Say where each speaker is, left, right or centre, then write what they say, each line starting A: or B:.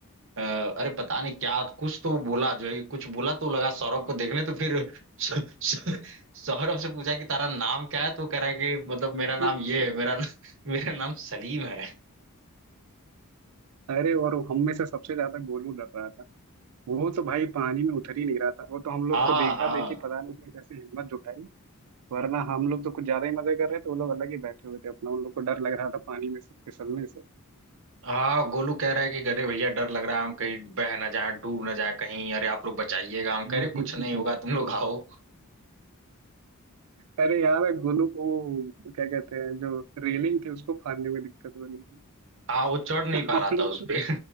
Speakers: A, on the right (about 60°); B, on the right (about 85°).
A: अ, अरे पता नहीं क्या कुछ तो वो बोला जो है कि कुछ बोला तो लगा सौरभ को देखने तो फिर <laughs> सौ- सौ- सौरभ से पूछा कि तारा नाम क्या है तो कह रहा है कि मतलब मेरा नाम
B: हम्म।
A: ये है मेरा मेरा नाम सलीम है
B: अरे और हम में से सबसे ज्यादा गोलू डर रहा था वो तो भाई पानी में उतर ही नहीं रहा था वो तो हम लोग
A: हाँ
B: को देखा
A: हाँ
B: देखी पता नहीं उसने कैसे हिम्मत जुटाई वरना हम लोग तो कुछ ज्यादा ही मजे कर रहे थे वो लोग अलग ही बैठे हुए थे अपना उन लोग को डर लग रहा था पानी में से फिसलने से
A: हाँ गोलू कह रहा है कि अरे भैया डर लग रहा है हम कहीं बह ना जाए डूब ना जाए कहीं अरे आप लोग बचाइएगा हम
B: <laughs>
A: कह रहे कुछ नहीं होगा तुम लोग आओ
B: अरे यार गोलू को वो क्या कहते हैं जो रेलिंग थी उसको फाड़ने में दिक्कत हो रही है
A: हाँ वो चढ़ नहीं
B: <laughs>
A: पा
B: हम
A: रहा
B: लोग
A: था उस
B: तो
A: पे